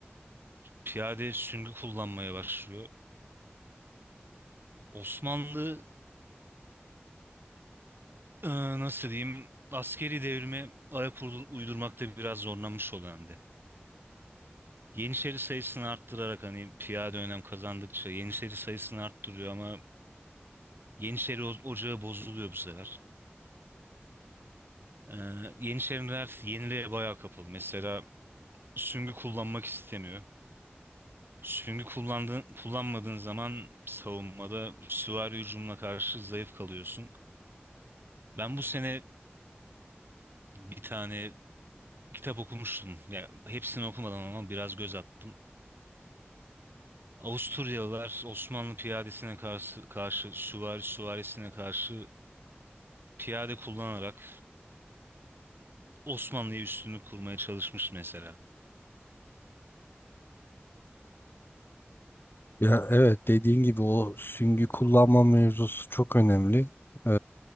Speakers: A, on the right; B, on the left.
A: Piyade süngü kullanmaya başlıyor. Osmanlı e, nasıl diyeyim askeri devrime ayak uydur- uydurmakta biraz zorlanmış o dönemde. Yeniçeri sayısını arttırarak hani piyade önem kazandıkça Yeniçeri sayısını arttırıyor ama Yeniçeri o- ocağı bozuluyor bu sefer. E, Yeniçeriler yeniliğe bayağı kapalı. Mesela süngü kullanmak istemiyor. Süngü kullandığın, kullanmadığın zaman savunmada süvari hücumuna karşı zayıf kalıyorsun. Ben bu sene bir tane kitap okumuştum. Ya hepsini okumadan ama biraz göz attım. Avusturyalılar Osmanlı piyadesine karşı, karşı süvari süvarisine karşı piyade kullanarak Osmanlı'ya üstünlük kurmaya çalışmış mesela.
B: Ya evet dediğin gibi o süngü kullanma mevzusu çok önemli. Ee,